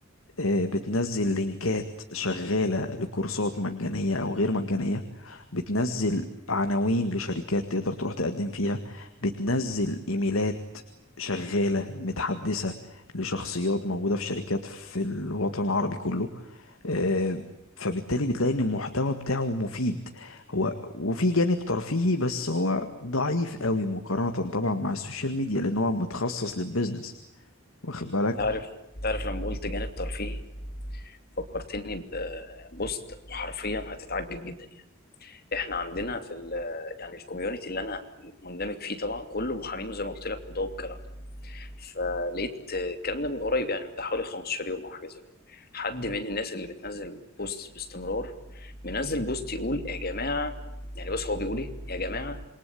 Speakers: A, on the left (about 80°); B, on the left (about 50°).
A: آه، بتنزل لينكات شغاله لكورسات مجانيه او غير مجانيه بتنزل عناوين لشركات تقدر تروح تقدم فيها بتنزل ايميلات شغاله متحدثه لشخصيات موجوده في شركات في الوطن العربي كله آه، فبالتالي بتلاقي ان المحتوى بتاعه مفيد هو وفي جانب ترفيهي بس هو ضعيف قوي مقارنة طبعا مع السوشيال ميديا لان هو متخصص للبيزنس واخد بالك
B: تعرف تعرف لما قلت جانب ترفيهي فكرتني ببوست وحرفيا هتتعجب جدا يعني احنا عندنا في ال يعني الكوميونتي اللي انا مندمج فيه طبعا كله محامين زي ما قلت لك وضوء والكلام فلقيت الكلام ده من قريب يعني من بتاع حوالي 15 يوم او حاجه زي كده حد من الناس اللي بتنزل بوست باستمرار منزل بوست يقول يا جماعه يعني بص هو بيقول ايه يا جماعه